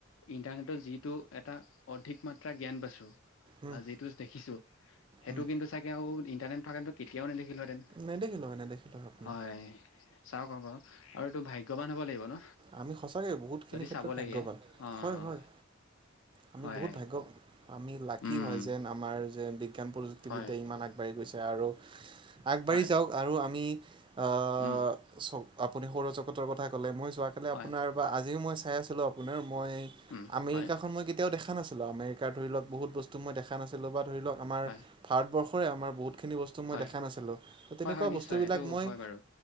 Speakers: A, on the left (about 75°); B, on the right (about 25°).
A: ইণ্টাৰনেটৰ যিটো এটা অধিক মাত্ৰা জ্ঞান পাইছোঁ।
B: উম
A: বা যিটো দেখিছো সেইটো
B: উম
A: কিন্তু চাগে আৰু েণ্ট থে কেতিয়াওে নেদেখো। <unintelligible> ন
B: নেদেখিলোঁ হয় নেদেখিলোঁ আপোনাৰ
A: হয় চা আৰু এইটো ভাগ্যৱান হ'ব লাগিব ন,
B: আমি সঁচাকৈ বহুতখিনি
A: যদি
B: ক্ষেত্ৰত
A: চাব লাগে,
B: ভাগ্যৱান
A: অ'।
B: হয় হয় আমি
A: হয়
B: বহুত ভাগ্য, আমি লাকি
A: উম
B: হয়, যেন আমাৰ <unintelligible> জ্ঞ প্ৰযুক্তিদ্য
A: হয়
B: ইমান আগবাঢ়ি গৈছে। আৰু আগবাঢ়ি
A: হয়
B: যাওক আৰু আমি আহ
A: উম
B: চ আপুনি সৌৰজগতৰ কথা ক'লে, মই যোৱ
A: হয়
B: আপোনাৰ বা আজিও মই খাই আছিলো আপোনাৰ মই
A: উম
B: আমেৰিকাখন
A: হয়
B: মই কেতিয়াও দেখা দেখাছিলো আমেৰিকাৰ ধৰি লও বহুত বস্তু মই দেখ নাছিলোঁ বা ধৰি লওক আমাৰ
A: হয়
B: ভাৰতবৰ্ষৰে আমাৰ সিনি বস্ত মই
A: হয়
B: দেখা নাছিলোঁ। তেনেকুৱা
A: হয় হয় নিশ্চয়
B: বস্তু বিলাক
A: এইটো
B: মই,
A: হয় বাৰু